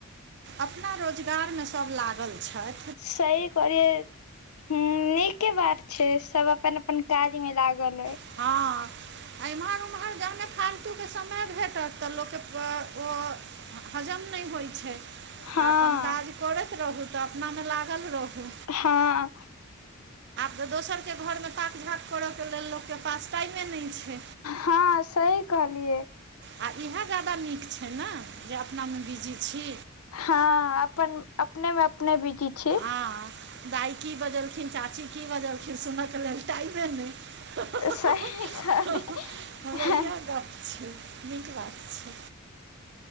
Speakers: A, on the right (about 50°); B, on the left (about 80°).
A: अपना रोजगार में सभ लागल छय।
B: सही करिये। हम्म नीके बात छै सब अपन अपन काज में लागल एइ।
A: <inaudible> अईएम्हर ओम्हर जामे फालतूके समय भेटत तऽ लोकके प व। हजम नैय होइ छै आ
B: हँ
A: अपन काज करैत रहू तऽ अपना में लागल रहू।
B: हाॅं।
A: जो दोसर के घर में ताक झाक करऽ के लेल लोकके पास टाइमे नै छै।
B: हाॅं सही कहलियै।
A: आ इहे ज्यादा नीक छै न जे अपना में बिजी छी।
B: हाॅं अपन, अपने में अपने बिजी छी।
A: हाॅं दाइ की बजलखिन, चाची की बजलखिन सुनय के लेल टाइमे नैय। ह-ह-ह-ह-ह,
B: सही कहलियै
A: ह-ह हमर इहे गप छै। निक बात छे।